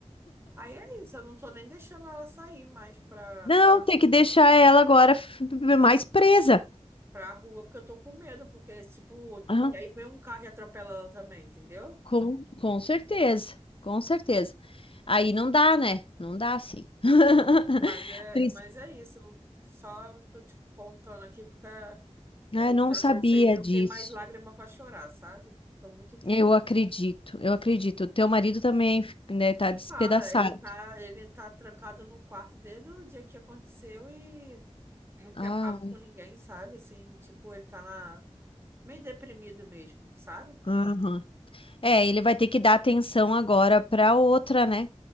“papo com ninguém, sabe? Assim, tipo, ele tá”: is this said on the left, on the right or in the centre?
Right